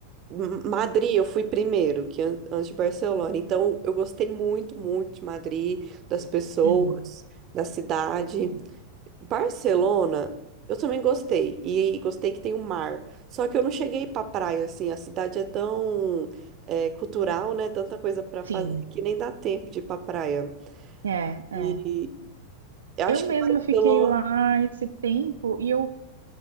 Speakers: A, on the right; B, on the right.
A: M- Madrid, eu fui primeiro, que an- antes de Barcelona. Então, eu gostei muito, muito de Madrid, das pessoas,
B: Uhum,
A: da cidade.
B: sim.
A: Barcelona, eu também gostei. E gostei que tem o mar. Só que eu não cheguei pra praia, assim. A cidade é tão é, cultural, né? Tanta coisa pra
B: Sim,
A: fazer que nem dá tempo de ir pra praia.
B: é, é.
A: E eu
B: Eu
A: acho que
B: mesma
A: Barcelona,
B: fiquei lá esse tempo e eu,